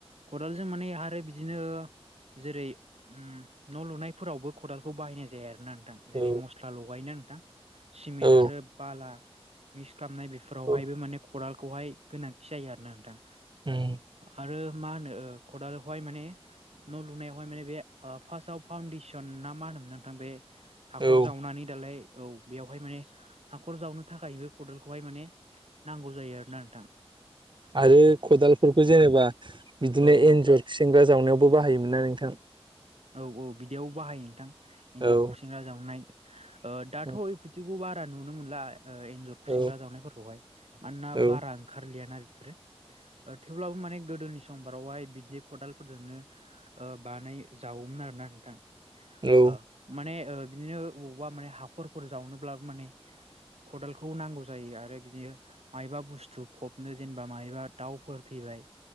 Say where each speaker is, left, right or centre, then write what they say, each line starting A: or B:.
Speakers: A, on the right; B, on the right.
A: खदालजों माने आरो बिदिनो जेरै होम न' लुनायफोरावबो खदालखौ बाहायनाय जाया आरो ना नोंथां जेरै
B: औ
A: मस्ला लगायोना नोंथां सिमेन्ट
B: औ
A: आरो बाला मिक्स खामनाय बेफोरावहायबो
B: औ
A: माने खदालखौहाय गोनांथि जायो आरो ना नोंथां
B: उम
A: आरो मा होनो ओ खदालावहाय माने न' लुनायावहाय माने बे फार्सथाव फाउडेसन ना मा होनो नोंथां बे हाख'र
B: औ
A: जावनानै दालाय औ बेयावहाय माने हाखर जावनो थाखाय बे खदालखौहाय माने नांगौ जायो आरोना नोंथां।
B: आरो खदालफोरखौ जेनेबा बिदिनो
A: औ औ
B: एन्जर खुसेंग्रा जावनायावबो बाहायोमोन ना नोंथां।
A: औ औ बिदियाव बाहायो नोंथां एन्जर,
B: औ
A: खुसेंग्रा जावनाय ओ दाथ'
B: औ
A: बिथिखौ बारा नुनो मोनला ओं एन्जर खुसिंग्रा
B: औ
A: जावनायफोरखौहाय मानोना
B: औ
A: बारा ओंखारलियाना बिफोरो ओ थेवब्लाबो माने गोदोनि समफोरारावहाय बिददि खदाल फोरजोंनो ओ बानाय जावोमोन आरोना नोंथां
B: औ उम औ
A: ओ माने ओ बिदिनो बबावबा माने हाखरफोर जावनोब्ला माने ओ खदालखौ नांगौ जायो आरो बिदिनो मायबा बुस्थु फबनो जेनेबा मायबा दाउफोर थैबाय